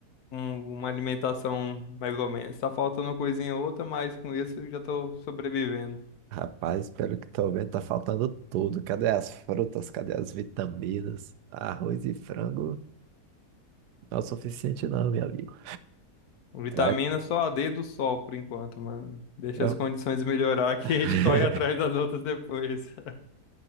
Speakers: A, on the left; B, on the right.
A: um- uma alimentação mais ou menos. Tá faltando uma coisinha ou outra, mas com isso eu já tô sobrevivendo.
B: rapaz, pelo que tô vendo, tá faltando tudo. Cadê as frutas? Cadê as vitaminas? Arroz e frango não é o suficiente, não, meu amigo.
A: Vitamina
B: Vai.
A: só a D do sol por enquanto, mano. Deixa
B: Eu,
A: as condições melhorar que
B: <laughs>
A: a gente corre atrás das outras depois.